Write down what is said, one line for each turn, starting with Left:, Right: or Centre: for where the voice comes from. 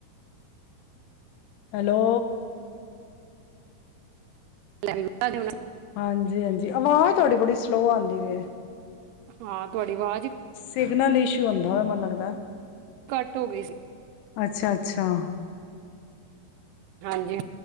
Left: ਹੈਲੋ।
Right: <inaudible>
Left: ਹਾਂਜੀ-ਹਾਂਜੀ ਆਵਾਜ ਤੋਡੀ ਬੜ੍ਹੀ ਸਲੋ ਆਂਦੀ ਵੀ ਐ।
Right: ਹਾਂ, ਤੁਆਡੀ ਆਵਾਜ ਈ
Left: ਸਿਗਨਲ ਇਸ਼ੂ ਆਂਦਾ ਮਨੂੰ ਲੱਗਦਾ।
Right: ਘੱਟ ਹੋ ਗਈ ਸੀ।
Left: ਅੱਛਾ-ਅੱਛਾ।
Right: ਹਾਂਜੀ